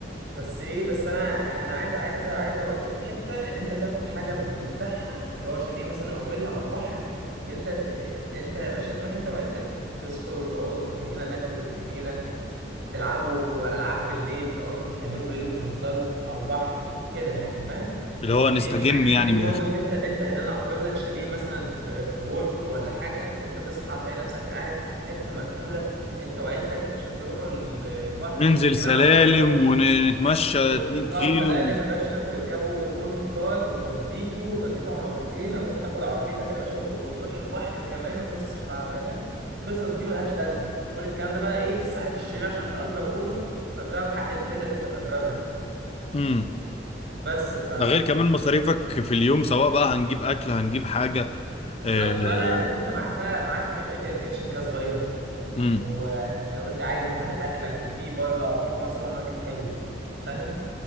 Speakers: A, on the right; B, on the left.
A: بس ايه بس انا انا عايز عايز عايز اوديك حته ان انت تاخد حاجه بمفتاحها اللي هو شاليه مثلا او فيلا على البحر اللي انت ت... انت يا باشا تروح انت وعيلتك تصحوا وتقعدوا في الجنينه تاكلوا في الجنينه تلعبوا العاب بالليل تقعدوا تتكلموا بالليل وتهزروا على البحر كده يعني فاهم
B: اللي هو نستجم
A: ايه مش عايز
B: يعني
A: اوديك
B: من
A: برضه
B: الاخر
A: حته ان انت ان انا اجر لك شاليه مثلا في في برج ولا حاجه ان انت تصحى تلاقي نفسك قاعد في حته مقفوله انت وعيلتك عشان تروحوا ال- البحر
B: ننزل
A: محتاجين
B: سلالم
A: عربيه
B: ونتمشى
A: وتطلعوا
B: 2 كيلو
A: سلالم يا باشا وتركبوا جولف كار وتوديكوا وتوديكوا على مرتين او انت تاخد عربيتك يا باشا وت- وتروح البحر كمان وتوسخ العربيه فاهم القصص دي ملهاش لازمه كل الكلام ده بقى ايه في الساحل الشرير عشان تأجر اوضه تأجرها بحق الفيلا اللي انت هتأجرها دي
B: امم
A: بس ف
B: ده غير كمان مصاريفك في اليوم سواء بقى هنجيب اكل هنجيب حاجه
A: بالظبط
B: اه
A: بقى لا يا باشا انت معاك بقى معاك امريكان كيتشن كده صغير
B: امم
A: و... وانت عادي تعمل اكلك وفي بره في بره سوبر ماركت حلو فاهم